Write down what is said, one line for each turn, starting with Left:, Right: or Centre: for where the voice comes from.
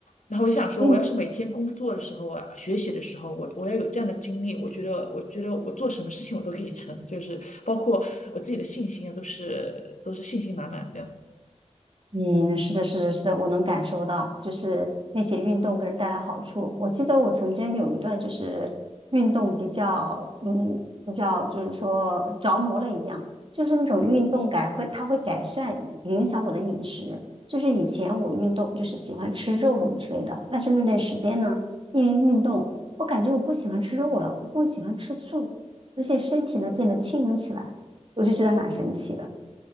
Left: 然后我就想说，
Right: 你。
Left: 我要是每天工作的时候啊，学习的时候，我我要有这样的精力，我觉得，我觉得我做什么事情我都可以成，就是包括我自己的信心啊，都是都是信心满满这样。
Right: 嗯，是的，是的，是的，我能感受到，就是那些运动给人带来好处。我记得我曾经有一段就是运动比较，嗯，比较就是说着魔了一样，就是那种运动感会，它会改善影响我的饮食。就是以前我运动就是喜欢吃肉什么之类的，但是那段时间呢，因为运动，我感觉我不喜欢吃肉了，我更喜欢吃素，而且身体呢变得轻盈起来，我就觉得还蛮神奇的